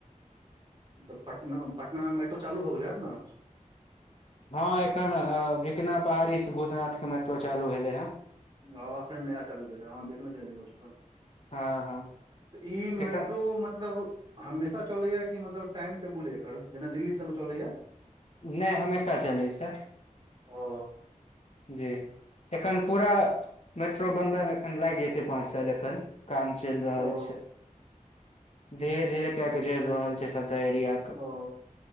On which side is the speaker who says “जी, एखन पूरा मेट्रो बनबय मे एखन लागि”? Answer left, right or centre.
Left